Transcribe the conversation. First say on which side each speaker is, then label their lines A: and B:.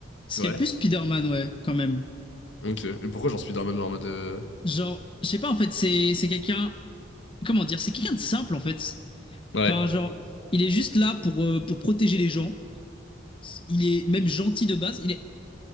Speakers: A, on the left; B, on the left.
A: Ce
B: ouais.
A: serait plus Spider-Man ouais, quand même.
B: Ok. Et pourquoi j'en suis dans même genre en mode. euh,
A: Genre, je sais pas en fait, c'est c'est quelqu'un, comment dire, c'est quelqu'un de simple en fait.
B: Ouais,
A: Enfin genre, il est juste là pour euh, pour protéger les gens. Il est même gentil de base. Il est